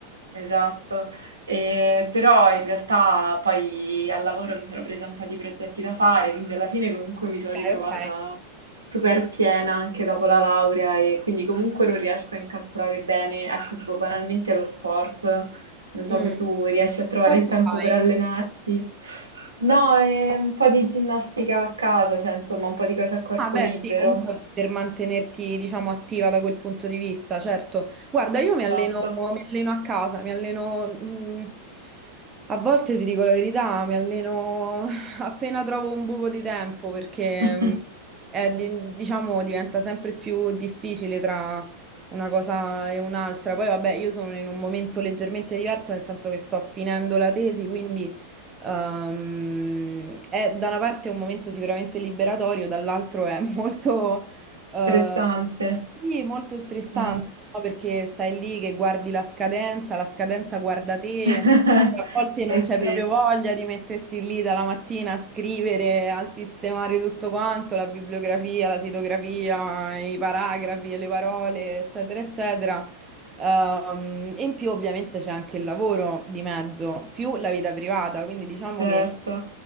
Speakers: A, on the right (about 75°); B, on the right (about 20°).
A: Esatto, Ehm, però in realtà poi al lavoro mi sono presa un po' di progetti da fare, quindi alla fine comunque mi sono
B: Ok,
A: ritrovata
B: ok.
A: super piena anche dopo la laurea e quindi comunque non riesco a incastrare bene, ecco, tipo banalmente lo sport, non so
B: Mm.
A: se tu riesci a trovare
B: Sport
A: il tempo
B: fai?
A: per allenarti. No, e un po' di ginnastica a casa, cioè insomma un po' di cose a corpo
B: Ah, beh,
A: libero.
B: sì, comunque per mantenerti, diciamo, attiva da quel punto di vista, certo. Guarda, io mi
A: Esatto,
B: alleno, mi alleno a casa, mi alleno, mh, a volte ti dico la verità, mi alleno <laughs> <sighs> appena trovo un buco di tempo perché,
A: <laughs>
B: mh, è di- diciamo, diventa sempre più difficile tra una cosa e un'altra. Poi, vabbè, io sono in un momento leggermente diverso, nel senso che sto finendo la tesi, quindi... Ehm, è da una parte un momento sicuramente liberatorio, dall'altro è <laughs> molto, eh,
A: interessante.
B: sì, molto stressante,
A: Eh.
B: no? Perché stai lì che guardi la scadenza, la scadenza guarda te,
A: <laughs>
B: a volte non
A: Eh
B: c'è
A: sì.
B: proprio voglia di metterti lì dalla mattina a scrivere, a sistemare tutto quanto, la bibliografia, la sitografia, i paragrafi, le parole, eccetera, eccetera. Ehm, e in più ovviamente c'è anche il lavoro di mezzo, più la vita privata, quindi diciamo
A: Certo,
B: che